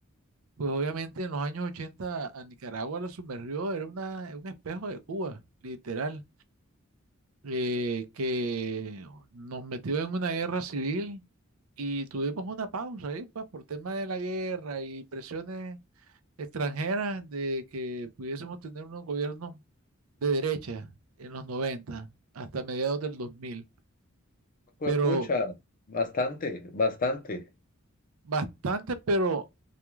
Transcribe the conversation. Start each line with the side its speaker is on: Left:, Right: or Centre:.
Right: pues obviamente en los años 80 a Nicaragua la sumergió, era una, un espejo de Cuba, literal, eh, que nos metió en una guerra civil y tuvimos una pausa ahí, pues por tema de la guerra y presiones extranjeras de que pudiésemos tener unos gobiernos de derecha en los 90 hasta mediados del dos mil
Left: Fue
Right: Pero
Left: pucha, bastante, bastante.
Right: bastante, pero